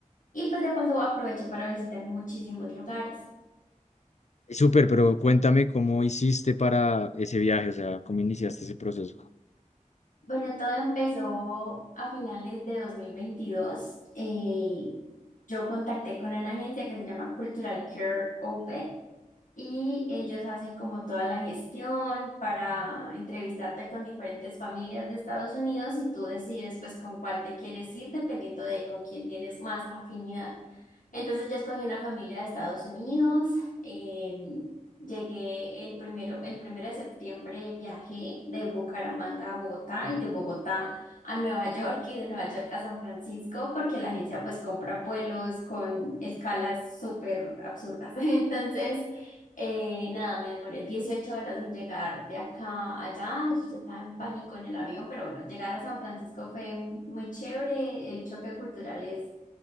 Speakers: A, on the left (about 75°); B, on the left (about 55°).
A: Y pues de paso aproveché para visitar muchísimos lugares.
B: Y Súper, pero cuéntame cómo hiciste para ese viaje, o sea, cómo iniciaste ese proceso.
A: Bueno, todo empezó a finales de 2022. Eh, yo contacté con una agencia que se llama Cultural Care Open. Y ellos hacen como toda la gestión para entrevistarte con diferentes familias de Estados Unidos y tú decides pues con cuál te quieres ir dependiendo de con quién tienes más afinidad. Entonces yo escogí una familia de Estados Unidos. eh, llegué el primero, el primero de septiembre viajé de Bucaramanga a Bogotá y de Bogotá a Nueva York y de Nueva York a San Francisco porque la agencia pues compra vuelos con escalas súper absurdas. <laughs> Entonces... Eh, nada, me demoré 18 horas en llegar de acá a allá. Yo ya estaba en pánico en el avión, pero bueno, llegar a San Francisco fue muy chévere. El choque cultural es